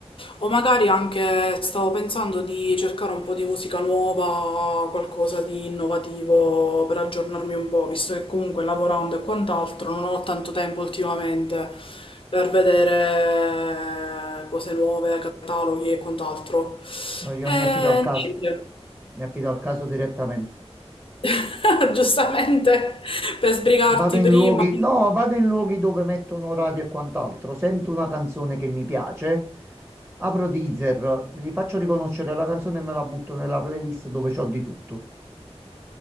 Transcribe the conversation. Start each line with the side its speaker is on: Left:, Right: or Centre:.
Left: o magari anche stavo pensando di cercare un po' di musica nuova, qualcosa di innovativo per aggiornarmi un po', visto che comunque lavorando e quant'altro non ho tanto tempo ultimamente per vedere cose nuove, cataloghi e quant'altro.
Centre: No, io
Left: Eh,
Centre: mi affido al caso.
Left: niente.
Centre: Mi affido al caso direttamente.
Left: <laughs> giustamente per sbrigarti
Centre: Vado in
Left: prima.
Centre: luoghi, no, vado in luoghi dove mettono radio e quant'altro. Sento una canzone che mi piace, apro Deezer,
Left: Mm.
Centre: gli faccio riconoscere la canzone e me la butto nella playlist dove c'ho di tutto.